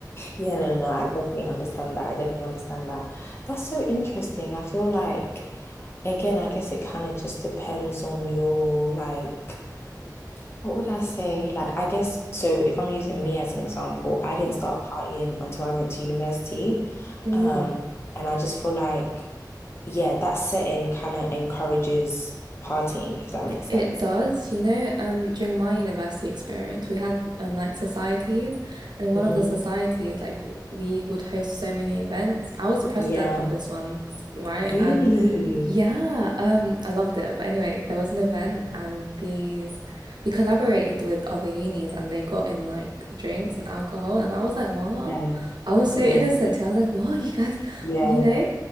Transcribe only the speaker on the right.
Mm.
It does, you know, um, during my university experience, we had um, like societies, and in one
of the societies, like we would host so many events. I was the president
of this one, right?
And yeah, um, I loved it. But anyway, there was an event, and these we collaborated with other unis, and they got in like drinks and alcohol, and I was like, what?
I was
so innocent too. I was like, what, you guys,
you know?